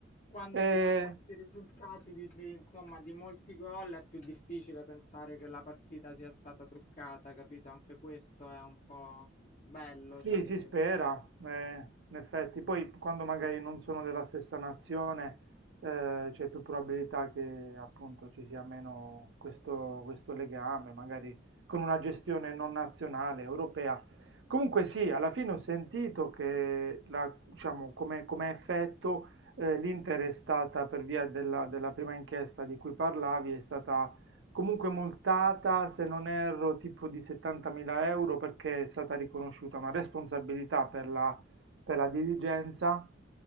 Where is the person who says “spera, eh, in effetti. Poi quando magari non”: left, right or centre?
Right